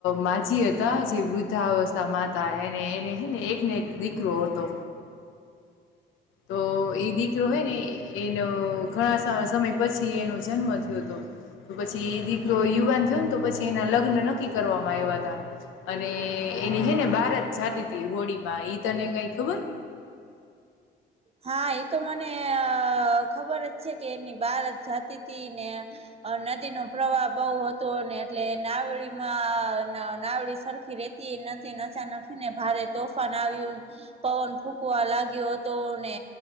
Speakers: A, on the left; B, on the right.
A: માજી હતા જે વૃદ્ધાવસ્થા મા હતા એને એને હ ને એકને એક દીકરો હતો તો એ દીકરો હોય ને એનો ઘણા સમય પછી એનો જન્મ થયો હતો તો પછી દીકરો યુવાન થયો ને તો પછી એના લગ્ન નક્કી કરવામાં આવ્યા હતા અને એની છેે ને બારત જાતી ત હોળી માં એઈ તને કઈ ખબર <inaudible>
B: હા એતો મને અ ખબર જ છે કે એની બાર જાતિથી ને નદી નો પ્રવાહ બહુ હતો ને એટલે નાવડીમાં નાવડી સરખી રેતી નચા નાખીને ભારે તોફાન આવ્યું પવન ફૂકવા લાગ્યો તો ને